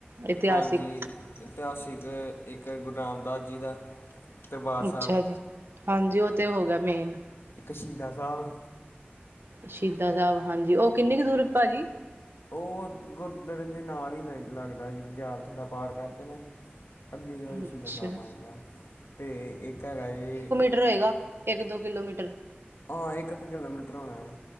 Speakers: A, on the right (about 70°); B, on the left (about 75°).
A: ਇਤਿਹਾਸਿਕ
B: ਹਾਂਜੀ, ਇਤਿਹਾਸਿਕ ਇੱਕ ਗੁਰੂ ਰਾਮਦਾਸ ਜੀ ਦਾ ਦਰਬਾਰ
A: ਅੱਛਾ
B: ਸਾਹਿਬ
A: ਜੀ, ਹਾਂਜੀ ਉਹ ਤਾਂ ਹੋ ਗਿਆ ਮੇਨ
B: ਇੱਕ ਸ਼ਹੀਦਾ ਸਾਹਿਬ
A: ਸ਼ਹੀਦਾ ਸਾਹਿਬ ਹਾਂਜੀ ਉਹ ਕਿੰਨੀ ਕੁ ਦੂਰ ਭਾਜੀ
B: ਉਹ ਗੁਰਦੁਅਰੇ ਦੇ ਨਾਲ ਹੀ ਲ ਲੱਗਦਾ ਸੀ ਬਾਜ਼ਾਰ ਥੋੜ੍ਹਾ ਪਾਰ ਕਰਕੇ ਨਾ ਅੱਗੇ ਜਿ
A: ਅੱਛਾ
B: ਸਾਹਿਬ ਆਣਦਾ ਅਤੇ ਇੱਕ ਹੈਗਾ ਜੇ
A: ਹੋਏਗਾ ਇੱਕ- ਦੋ ਕਿਲੋਮੀਟਰ
B: ਹਾਂ ਇੱਕ ਕ ਕਿਲੋਮੀਟਰ ਹੋਣਾ ਹੈ